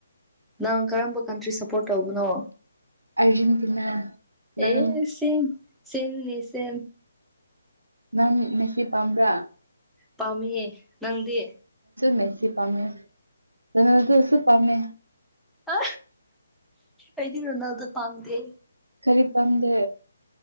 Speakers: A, in the centre; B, on the right.
A: ꯅꯪ ꯀꯔꯝꯕ ꯀꯟꯇ꯭ꯔꯤ ꯁꯞꯄꯣꯔꯠ ꯇꯧꯕꯅꯣ
B: ꯑꯔꯖꯦꯟꯇꯤꯅꯥ ꯅꯪ
A: ꯑꯦ ꯁꯤ ꯁꯤꯅꯤ ꯁꯦ
B: ꯅꯪ ꯁꯤ ꯄꯥꯝꯕ꯭ꯔꯥ
A: ꯄꯥꯝꯦ ꯅꯪꯗꯤ
B: ꯃꯦꯁꯤ ꯄꯝꯃꯦ ꯅꯅꯗꯁꯨ ꯄꯝꯃꯦ
A: ꯑ ꯑꯩꯗꯤ ꯔꯅꯗ ꯄꯝꯗ
B: ꯀꯔꯤ ꯄꯥꯝꯗꯦ